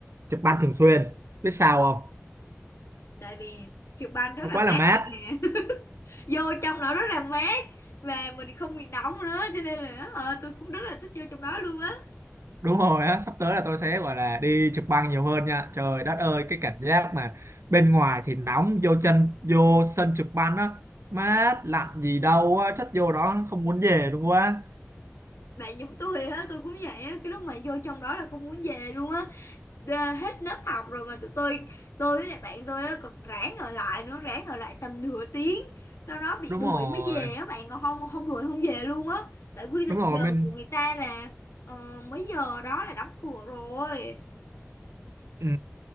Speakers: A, on the right (about 65°); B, on the left (about 65°).
A: chụp băng thường xuyên biết sao không
B: tại vì trượt băng rất
A: nó
B: là
A: quá
B: mát
A: là mát
B: bạn ạ vô trong đó rất là mát và mình không bị nóng nữa cho nên là ờ, tôi cũng rất là thích vô trong đó luôn á
A: đúng rồi á sắp tới là tôi sẽ gọi là đi chụp băng nhiều hơn nha trời đất ơi cái cảm giác mà bên ngoài thì nóng vô chân vô sân chụp băng á mát lạnh gì đâu á chất vô đó không muốn về luôn quá
B: bạn giống tôi á tôi cũng vậy á cái lúc mà vô trong đó là không muốn về luôn á Đê- hết lớp học rồi mà tụi tôi tôi với lại bạn tôi á còn ráng ở lại nữa ráng ở lại tầm nửa tiếng sau đó bị
A: đúng
B: đuổi
A: rồi
B: mới về á bạn còn không không đuổi không về luôn á tại quy định
A: đúng rồi
B: giờ
A: mình
B: của người ta là ờ, mấy giờ đó là đóng cửa rồi
A: Ừ,